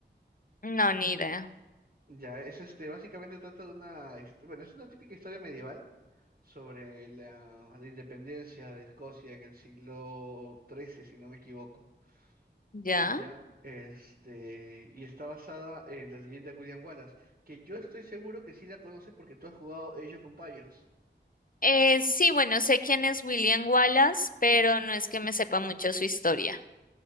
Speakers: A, on the left (about 50°); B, on the right (about 55°).
A: no, ni idea.
B: Ya, es este, básicamente trata de una, hist- bueno, es una típica historia medieval sobre la, la independencia de Escocia en el siglo trece si no me equivoco.
A: ¿Ya?
B: Ya, este, y está basada en la leyenda de William Wallace, que yo estoy seguro que sí la conoces porque tú has jugado Age of Empires.
A: Eh, sí, bueno, sé quién es William Wallace, pero no es que me sepa mucho su historia.